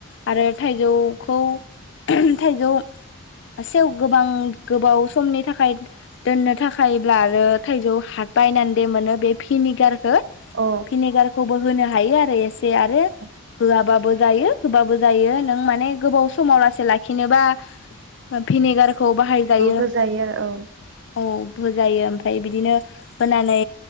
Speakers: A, on the left; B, on the right.
A: आरो थाइजौखौ थाइजौ सेव गोबां गोबाव समनि थाखाय दोननो थाखायब्ला आरो थाइजौ हा बायनानै दे मोनो बे भिनिगार हो
B: औ
A: भिनिगारखौबो होनो हा हायो आरो एसे आरो
B: औ
A: होआबाबो जायो होबाबो जायो नों माने गोबाव समाव लासै लाखिनोबा भिनेगारखौ बाहायजायो
B: होजायो आरो
A: औ होजायो ओमफ्राय बिदिनो होनानै